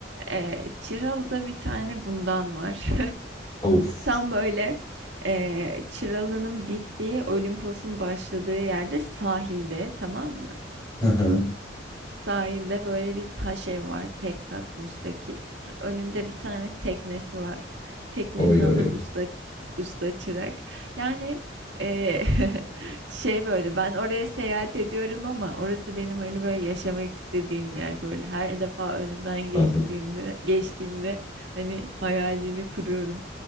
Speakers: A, on the right; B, on the left.
A: Ee, Çıralı'da bir tane bundan var. <laughs>
B: Of.
A: Tam böyle e, Çıralı'nın bittiği, Olimpos'un başladığı yerde sahilde tamam mı?
B: Aha.
A: Sahilde böyle bir taş ev var. Tek kat müstakil. Önünde bir tane teknesi var. Teknenin
B: Oy
A: adı
B: oy oy.
A: Usta Usta Çırak. Yani eee, <laughs> şey böyle ben oraya seyahat ediyorum ama orası benim hani böyle yaşamak istediğim yer böyle. Her defa önünden geçtiğinde
B: Aha.
A: geçtiğimde hani hayalini kuruyorum.